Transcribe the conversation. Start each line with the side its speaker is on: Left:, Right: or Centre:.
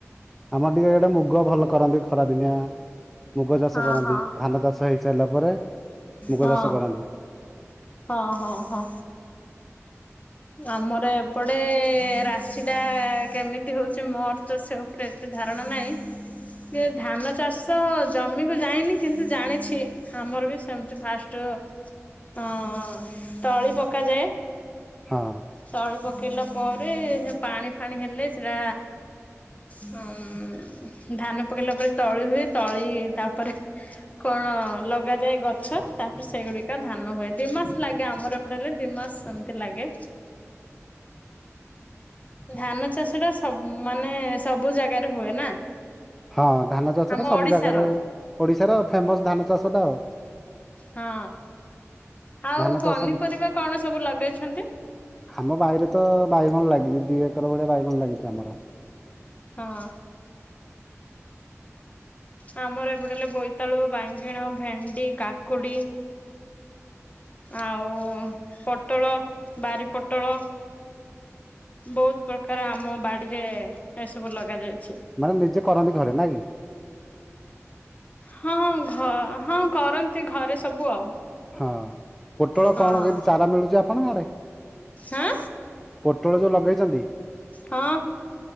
Centre: ଆମର ଟିକେ ଗୋଟେ ମୁଗ ଭଲ କରନ୍ତି ଖରା ଦିନିଆ। ମୁଗ ଚାଷ
Left: ହଁ
Centre: କରନ୍ତି
Left: ହଁ
Centre: ଧାନ ଚାଷ ହେଇସାରିଲା ପରେ ମୁଗ
Left: ହଁ।
Centre: ଚାଷ କରନ୍ତି।
Left: ହଁ ହଁ ହଁ। ଆମର ଏପଟେ ରାଶିଟା କେମିତି ହଉଚି ମୋର ତ ସେ ଉପରେ ଏତେ ଧାରଣା ନାଇଁ।
Centre: <inaudible>
Left: ସେ ଧାନ ଚାଷ ଜମିକୁ ଯାଇନି କିନ୍ତୁ ଜାଣିଛି ଆମର ବି ସେମିତି ଫାଷ୍ଟ ହଁ ତଳି ପକାଯାଏ।
Centre: ହଁ
Left: ତଳି ପକେଇଲା ପରେ ସେ ପାଣି ଫାଣି ହେଲେ ସେଟା ହଁ ଧାନ ପକେଇଲା ପରେ ତଳି ହୁଏ ତଳି ତାପରେ କଣ ଲଗାଯାଏ ଗଛ ତାପରେ ସେଗୁଡିକା ଧାନ ହୁଏ ଦିମାସ ଲାଗେ ଆମର ଏପଟ ହେଲେ ଦି ମାସ। ସେମିତି ଲାଗେ।
Centre: <inaudible>
Left: ଧାନ ଚାଷ ଟା ସବ ମାନେ ସବୁ ଜାଗାରେ ହୁଏ ନା।
Centre: ହଁ ଧାନ ଚାଷଟା
Left: ଆମ
Centre: ସବୁ
Left: ଓଡିଶାର
Centre: ଜାଗାରେ ଓଡିଶାର ଫେମସ ଧାନ ଚାଷ ଟା ଆଉ।
Left: ହଁ ଆଉ
Centre: ଧାନ
Left: ପନିପରିବା
Centre: ଚାଷ
Left: କଣ ସବୁ ଲଗେଇଛନ୍ତି?
Centre: ଆମ ବାଇରେ ତ ବାଇଗଣ ଲାଗିଚି ଦି ଏକର ଭଳିଆ ବାଇଗଣ ଲାଗିଚି ଆମର।
Left: ହଁ। ଆମର ଏପଟେ ହେଲେ ବୋଇତାଳୁ ବାଇଗଣ ଭେଣ୍ଡି କାକୁଡି। ଆଉ ପୋଟଳ ବାରି ପୋଟଳ। ବହୁତ ପ୍ରକାର ଆମ ବାଡିରେ ଏସବୁ ଲଗାଯାଇଛି।
Centre: ମାନେ ନିଜେ କରନ୍ତି ଘରେ ନାଇଁ କି।
Left: ହଁ ଘ ହଁ କରନ୍ତି ଘରେ ସବୁ ଆଉ।
Centre: ହଁ ପୋଟଳ
Left: ହଁ।
Centre: କଣ କେମିତି ଚାରା ମିଳୁଚି ଆପଣଙ୍କ ଆଡେ?
Left: ହାଁ
Centre: ପୋଟଳ ଯୋଉ ଲଗେଇଚନ୍ତି।
Left: ହଁ